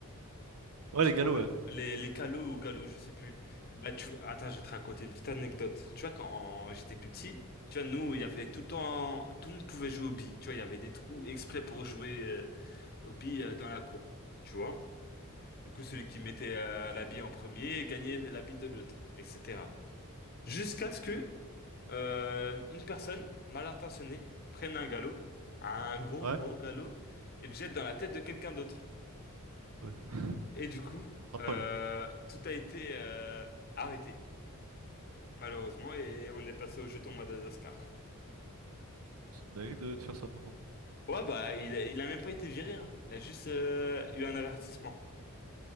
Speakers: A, on the right; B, on the left.
A: Ouais,
B: Tu
A: les
B: te
A: galops,
B: rappelles?
A: ouais.
B: Les, les calots ou galops, je sais plus. Bah, tu... Attends, je vais te raconter une petite anecdote. Tu vois, quand j'étais plus petit, tu vois, nous, il y avait tout le temps... Tout le monde pouvait jouer aux billes. Tu vois, il y avait des trous exprès pour jouer euh, aux billes euh, dans la cour. Tu vois? Du coup, celui qui mettait euh, la bille en premier gagnait la bille de l'autre, etc. Jusqu'à ce que Euh, une personne mal intentionnée prenne un galop, un gros
A: Ouais.
B: gros galop, et le jette dans la tête de quelqu'un d'autre.
A: Ouais. <laughs>
B: Et du coup,
A: Sympa
B: euh,
A: lui.
B: tout a été euh, arrêté, malheureusement, et on est passé au jeton Madagascar.
A: C'est une dinguerie de, de faire ça par contre.
B: Ouais, bah, il, a- il a même pas été viré, hein. Il a juste euh, eu un avertissement.